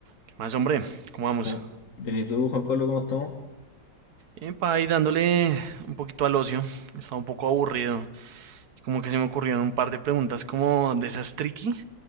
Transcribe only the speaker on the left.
¿Cómo? Bien, ¿y tú, Juan Pablo, cómo estamos?